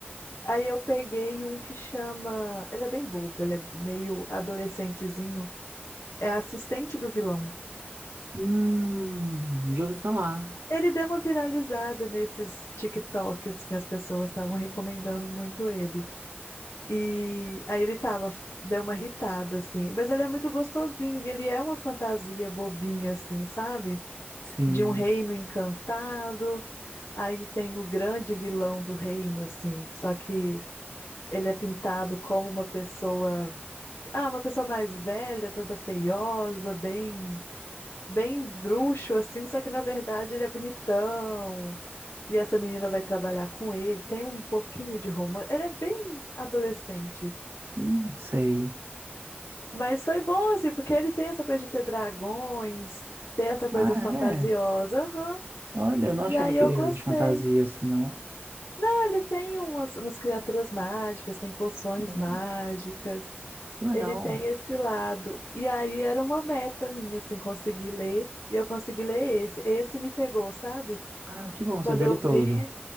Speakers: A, on the left (about 85°); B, on the right (about 60°).
A: Aí eu peguei um que chama. Ele é bem bobo, ele é meio adolescentezinho. É assistente do vilão.
B: hum, já ouvi falar.
A: Ele deu uma viralizada nesses TikTok, assim, as pessoas estavam recomendando muito ele. E aí ele tava, deu uma irritada, assim. Mas ele é muito gostosinho e ele é uma fantasia bobinha, assim, sabe?
B: Sim.
A: De um reino encantado. Aí tem o grande vilão do reino, assim. Só que ele é pintado como uma pessoa Ah, uma pessoa mais velha, toda feiosa, bem, bem bruxo, assim, só que na verdade ele é bonitão. E essa menina vai trabalhar com ele, tem um pouquinho de romance. Ele é bem adolescente.
B: Hum, sei.
A: Mas foi bom, assim, porque ele tem essa coisa de ter dragões, ter essa coisa
B: Ah,
A: fantasiosa,
B: é.
A: aham.
B: Olha, eu não
A: E
B: achava
A: aí
B: que
A: eu
B: ele era
A: gostei.
B: de fantasia assim, não.
A: Ah, ele tem umas, umas criaturas mágicas, tem poções
B: Hum,
A: mágicas.
B: que legal.
A: Ele tem esse lado. E aí era uma meta minha, assim, conseguir ler. E eu consegui ler esse. Esse me pegou, sabe?
B: Ah, que bom,
A: Quando
B: você viu
A: eu
B: ele
A: vi,
B: todo.